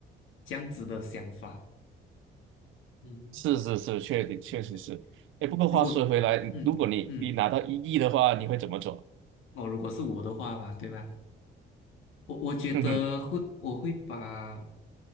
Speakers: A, on the left; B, on the right.
A: 这样子的想法，嗯，
B: 是是是，确定确实是，
A: 明白。
B: 哎，不过话说回来，
A: 如果，嗯嗯，
B: 如果你你拿到一亿的话，你会怎么做？
A: 哦，如果是我的话吧，对吧？我我觉得会，
B: 哼哼，
A: 我会把。